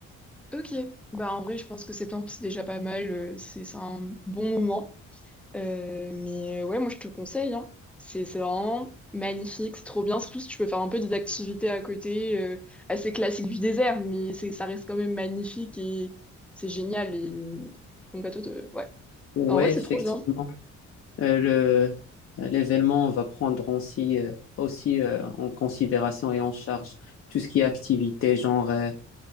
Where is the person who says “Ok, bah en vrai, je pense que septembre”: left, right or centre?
Centre